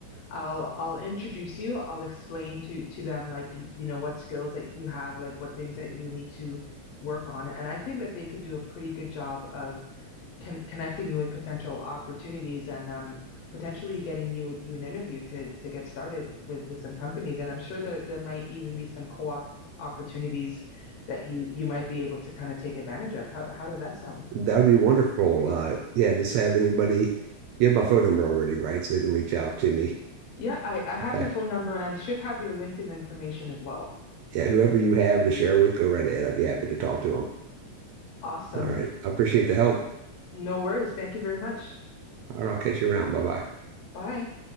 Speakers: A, on the left; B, on the right.
A: I'll I'll introduce you. I'll explain to to them like y- you know what skills that you have, like what things that you need to work on, and I think that they could do a pretty good job of con- connecting you with potential opportunities and um, potentially getting you you an interview to to get started with with some companies. And I'm sure there there might even be some co-op opportunities that you you might be able to kind of take advantage of. How how does that sound?
B: That would be wonderful. Uh, yeah, just have anybody. You have my phone number already, right? So they can reach out to me.
A: Yeah, I, I have
B: Okay.
A: your phone number and I should have your LinkedIn information as well.
B: Yeah, whoever you have to share with, go right ahead. I'd be happy to talk to them.
A: Awesome.
B: All right. I appreciate the help.
A: No worries. Thank you very much.
B: All right, I'll catch you around. Bye bye.
A: Bye.